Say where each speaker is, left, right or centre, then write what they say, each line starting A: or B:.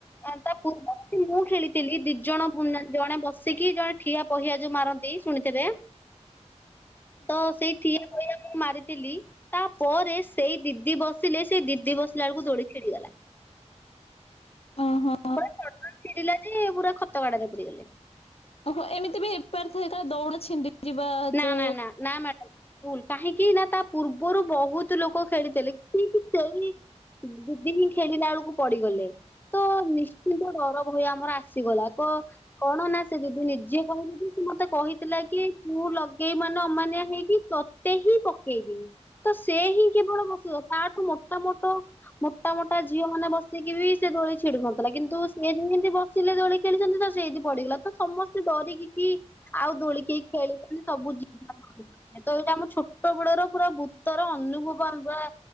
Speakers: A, on the left (about 15°); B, on the left (about 55°).
A: ତା ପୂର୍ବରୁ ବି ମୁଁ ଖେଳିଥିଲି ଦି ଜଣ ଜଣେ ବସିକି ଜଣେ ଠିଆ ପହିଆ ଯୋଉ ମାରନ୍ତି ଶୁଣିଥିବେ।
B: ହ
A: ତ ସେଇ ଥିନି ପଇଆ ମୁଁ ମାରିଥିଲି। ତାପରେ ସେଇ ଦିଦି ବସିଲେ ସେଇ ଦିଦି ବସିଲା ବେଳକୁ ଦୋଳି ଛିଡି ଗଲା।
B: ଉଁ ହୁଁ।
A: ପୁରା ଚଡ୍‌ ଚଡ୍‌ ଚିରିଲା ଯେ ପୁରା ଖତ ଗାଡ଼ାରେ ପୁରେଇଦେଲେ।
B: ହଁ ହ ଏମିତି ବି ହେଇ ପାରିଥାଏ କାଳେ ଦଉଡି ଛିଣ୍ଡି ଯିବା ହେତୁ
A: ନା ନା ନା ନା ମ୍ୟାଡ଼ ଭୁଲ କାହିଁକି ନା ତା ପୂର୍ବରୁ ବହୁତ୍ ଲୋକ ଖେଳିଥିଲେ କିମିତି ସେଇ ଦିଦିନି ଖେଳିଲାଳକୁ ପଡିଗଲେ। ତ ନିଶ୍ଚିନ୍ତ ଡର ଭୟ ଆମର ଆସିଗଲା କ କଣ ନା ସେ ଦିଦି ନିଜେ କହିଲୁ କି ସେ ମତେ କହିଥିଲା କି? ତୁ ଲଗେଇ ବୁ ମାନେ ଅମାନିଆଁ ହେଇକି ତତେ ହିଁ ପକେଇବି। ତ ସେ ହିଁ କେବଳ ପଶିବ ତାଠୁ ମୋଟା ମୋଟ ମୋଟା ମୋଟା ଝିଅ ମାନେ ବସିକି ବି ସେ ଦୋଳି ଛିଡୁ ନଥିଲା କିନ୍ତୁ ସେ ଯେମିତି ବ ସିଲେ ଦୋଳି ଖେଳିଛନ୍ତି ତ ସେଇଠି ପଡିଗଲା ତ ସମସ୍ତେ ଡରିକି କି ଆଉ ଦୋଳିି କେଇ ଖେଳିଲେନି। ସବୁ ଜିନଷ <unintelligible> ତ ଏଇଟା ମୁଁ ଛୋଟ ବଳେର ପୁରା ଭୂତର ଅନୁଭବ ଆମେ ପୁରା